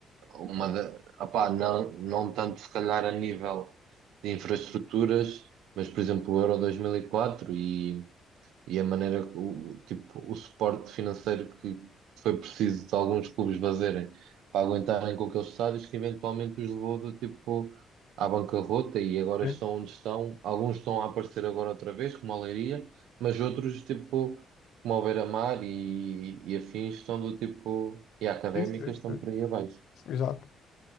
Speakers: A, on the right; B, on the left.
A: uma da, opá, não, não tanto se calhar a nível de infraestruturas, mas, por exemplo, o Euro 2004 e quatro e e a maneira, que o, tipo, o suporte financeiro que foi preciso de alguns clubes fazerem para aguentarem com aqueles estádios que eventualmente os levou do tipo à bancarrota e agora
B: sim,
A: estão onde estão. Alguns estão a aparecer agora outra vez, como a Leiria, mas outros, tipo, como o Beira-Mar e, e afins, estão do tipo, e a Académica
B: sim, sim,
A: estão
B: sim.
A: por aí abaixo.
B: Exato.